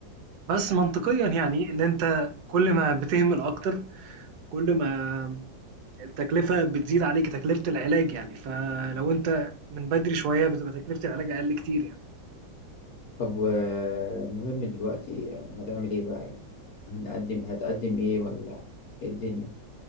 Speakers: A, on the right; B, on the left.
A: بس منطقيا يعني إن أنت كل ما بتهمل أكتر كل ما التكلفة بتزيد عليك تكلفة العلاج يعني، فلو أنت من بدري شوية بتبقى تكلفة العلاج أقل كتير يعني.
B: طب آه، المهم دلوقتي هتعمل ايه بقى يعني هنقدم هتقدم ايه ولا إيه الدنيا